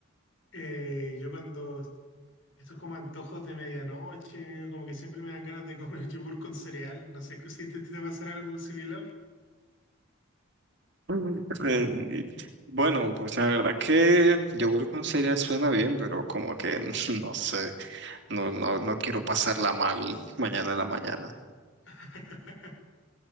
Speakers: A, on the left; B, on the right.
A: eh, yo cuando estos como antojos de medianoche, como que siempre me dan ganas de comer <laughs> yogur con cereal. No sé si te, te pasará algo similar.
B: Mm. Eh, Bueno, pues la verdad que yogur con cereal suena bien, pero como que <laughs> no sé, no, no, no quiero pasarla mal mañana en la mañana.
A: <laughs>